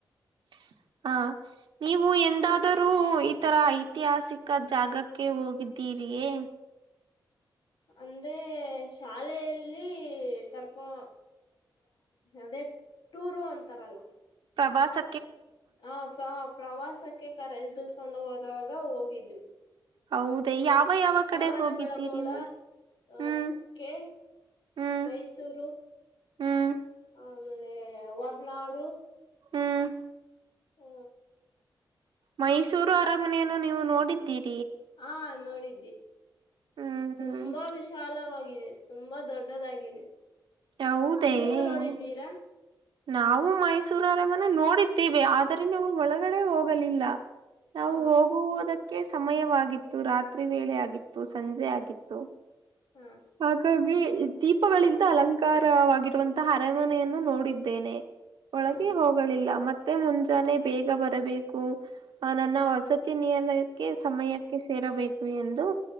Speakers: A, on the right; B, on the left.
A: <inaudible> ಹಾ ನೀವು ಎಂದಾದರೂ ಈ ತರ ಐತಿಹಾಸಿಕ ಜಾಗಕ್ಕೆ ಹೋಗಿದ್ದೀ ಇರಿಯಿಯೇ
B: ಅಂದ್ರೆ ಶಾಲೆಯಲ್ಲಿ ಕರ್ಕೋ ಅದೇ ಟೂರು ಅಂತಾರಲ್ಲ
A: ಪ್ರವಾಸ
B: ಆ ಪ್ರ ಪ್ರವಾಸಕ್ಕೆ ಕರೆ ಎದಕೊಂಡು ಹೋದಾಗ ಹೋಗಿದ್ವಿ
A: ಹೌದೇ? ಯಾವ ಯಾವ
B: ಶ್ರಾವಣ
A: ಕಡೆ ಹೋಗಿದ್ದೀರಿ
B: ಬೆಳಗೋಳ
A: ನೀವು?
B: ಅ
A: ಹ್ಮ್,
B: ಕುಕ್ಕೆ
A: ಹ್ಮ್,
B: ಮೈಸೂರು
A: ಹ್ಮ್,
B: ಆಮೇಲೆ ಹೊರ್ನಾಡು
A: ಹ್ಮ್
B: ಹ್ಮ್
A: ಮೈಸೂರು ಅರಮನೆಯನು ನೀವು ನೋಡಿದ್ದೀರಿ
B: ಹಾ ನೋಡಿ
A: ಹ್ಮ್,
B: ತುಂಬಾ ವಿಶಾಲವಾಗಿದೆ ತುಂಬಾ ದೊಡ್ಡದಾಗಿದೆ
A: ಹೌದೇ?
B: ನೀವು ನೋಡಿದ್ದೀರಾ
A: ನಾವು ಮೈಸೂರರ ಮನೆ ನೋಡಿದ್ದೇವೆ ಆದರೆ ನೀವು ಒಳಗಡೆ ಹೋಗಲಿಲ್ಲ ನಾವು
B: ಹಾ
A: ಹೋಗುವದಕ್ಕೆ ಕಕೆ ಸಮಯವಾಗಿತ್ತು ರಾತ್ರಿ ವೇಳೆ ಆಗಿತ್ತು ಸಂಜೆ ಆಗಿತ್ತು
B: ಹಾ
A: ಹಾಗಾಗಿ ದೀಪಗಳಿಂದ ಅಲಂಕಾರವಾಗಿರುವಂತಹ ಅರೆಮನೆಯನ್ನು ನೋಡಿದ್ದೇನೆ ಒಳಗೆ
B: ಹಾ
A: ಹೋಗಲಿಲ್ಲ ಮತ್ತೆ ಮತ್ತೆ ಮುಂಜಾನೆ ಬೇಗ ಬರಬೇಕು ಆ ನನ್ನ ವಸತಿನಿಯಲ್ಲ ಕೆ ಸಮಯಕ್ಕೆ ಸೇರಬೇಕು ಎಂದು